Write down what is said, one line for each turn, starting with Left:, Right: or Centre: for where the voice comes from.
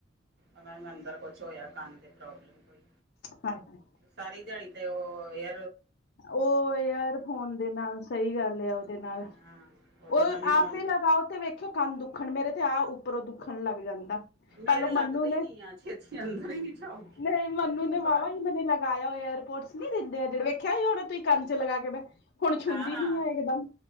Right: ਹਨਾ ਅੰਦਰ ਕੁਛ ਹੋਇਆ, ਕੰਨ ਦੇ ਪ੍ਰੋਬਲਮ ਕੋਈ
Left: ਹਾਏ ਹਾਏ।
Right: ਸਾਰੀ ਦਿਹਾੜੀ ਤੇ ਉਹ ਹੋ ਯ
Left: ਉਹ ਏਅਰਫੋਨ ਦੇ ਨਾਲ, ਸਹੀ ਗੱਲ ਏ ਉਹਦੇ ਨਾਲ
Right: ਹਾਂ ਉਹਦੇ
Left: ਉਹ
Right: ਨਾਲ ਵੀ
Left: ਆਪੇ
Right: ਹੋਣ ਡਿਆ
Left: ਲਗਾਓ ਤੇ ਵੇਖਿਓ ਕੰਨ ਦੁੱਖਣ ਮੇਰੇ, ਤੇ ਆ ਉੱਪਰੋਂ ਦੁੱਖਣ ਲੱਗ ਜਾਂਦਾ। ਪਹਿਲੋ
Right: ਮੇਰੇ ਲੱਗਦੇ
Left: ਮੰਨੂ
Right: ਹੀ
Left: ਨੇ
Right: ਨਹੀਂ ਆ ਛੇਤੀ ਅੰਦਰ ਹੀ ਨਹੀਂ ਜਾਊਗੀ
Left: ਨਹੀਂ ਮੰਨੂ ਨੇ ਵਾਹਵਾ
Right: ਬਾਹਰ
Left: ਹੀ ਗਲੇ ਲੱਗ ਲਗਾਇਆ ਹੋਏ ਏਅਰਪੋਰਟਸ ਨੀ ਦਿੰਦੇ ਆ ਜਿਹੜੇ ਵੇਖਿਆ ਹੀ ਹੋਣਾ ਤੁਸੀਂ ਕੰਨ ਚ ਲਗਾ ਕੇ ਮੈਂ ਹੁਣ ਛੁੰਦੀ
Right: ਹਾਂ ਹਾਂ
Left: ਨੀ ਆ ਇਕਦਮ